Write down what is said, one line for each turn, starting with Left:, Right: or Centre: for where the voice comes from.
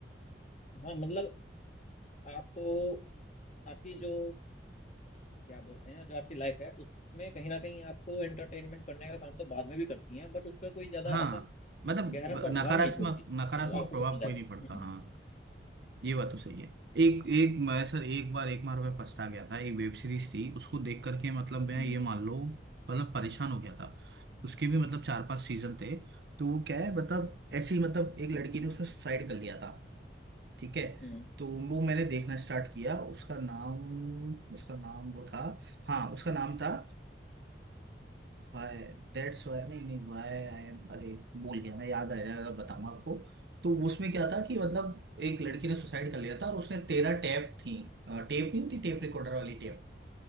Left: हाँ मतलब आपको आपकी जो क्या बोलते हैं जो आपकी लाइफ है उसमें कहीं ना कहीं आपको एंटरटेनमेंट करने का काम तो बाद में भी करती है बट उस पर कोई ज्यादा
Right: हाँ
Left: ऐसा
Right: मतलब
Left: गहरा प्रभाव
Right: नकारात्मक
Left: नहीं छोड़ती
Right: नकारात्मक
Left: जो आपको
Right: प्रभाव
Left: नुकसान जाएगा
Right: कोई नहीं पड़ता
Left: हम्म
Right: हाँ ये बात तो सही है एक एक मैं सर एक बार एक बार मैं पछता गया था एक वेब सीरीज थी उसको देख करके मतलब मैं
Left: हम्म
Right: ये मान लो मतलब परेशान हो गया था उसके भी मतलब चार पांच सीजन थे तो वो क्या है मतलब ऐसी मतलब एक लड़की ने उसमें सुसाइड कर लिया था ठीक है
Left: हम्म हम्म
Right: तो वो मैंने देखना स्टार्ट किया उसका नाम उसका नाम वो था हाँ उसका नाम था वाई दैट्स वाई नहीं नहीं वाई आई एम अरे भूल गया मैं याद आ जाएगा अगर बताऊंगा आपको तो उसमें क्या था कि मतलब एक लड़की ने सुसाइड कर लिया था और उसने तेरह टेप थी टेप नहीं होती टेप रिकॉर्डर वाली टेप